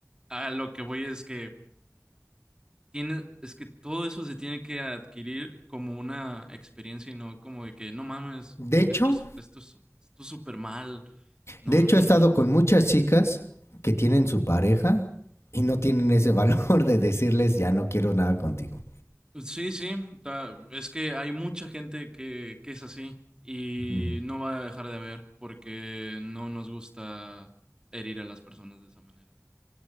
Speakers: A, on the right (about 15°); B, on the left (about 60°).
A: a lo que voy es que Tiene, es que todo eso se tiene que adquirir como una experiencia y no como de que no mames,
B: De hecho,
A: esto es, esto es, esto es súper mal. No,
B: De hecho,
A: no,
B: he estado
A: no.
B: con muchas chicas que tienen su pareja y no tienen ese <laughs> valor de decirles, ya no quiero nada contigo.
A: Sí, sí, ta- es que hay mucha gente que, que es así y
B: Ujú.
A: no va a dejar de haber porque no nos gusta herir a las personas de esa manera.